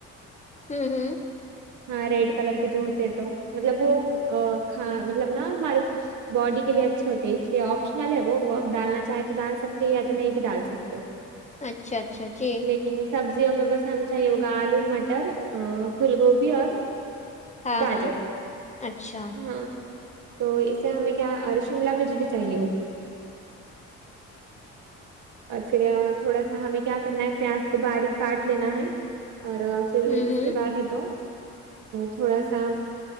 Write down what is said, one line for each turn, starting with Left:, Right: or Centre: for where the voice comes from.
Left: ہوں ہوں
Right: ہاں ریڈ کلر کے جو ہوتے ہیں تو مطلب وہ کھا مطلب نا ہمارے باڈی کے لیے اچھے ہوتے ہیں اس لیے آپشنل ہے وہ وہ اب ڈالنا چاہے تو ڈال سکتے یا تو نہیں بھی ڈال سکتے ہو
Left: اچھا اچھا جی
Right: ان سبزیوں میں بس ہمیں چاہیے ہوگا آلو مٹر پھول گوبھی اور
Left: ہاں
Right: گاجر
Left: ہاں اچھا
Right: ہاں تو اسے ہمیں کیا اور شملہ مرچ بھی چاہیے ہوگی اور پھر تھوڑا سا ہمیں کیا کرنا ہے پیاز کو باریک کاٹ لینا ہے اور پھر
Left: ہوں
Right: اس
Left: ہوں
Right: کے بعد ہے تو تھوڑا سا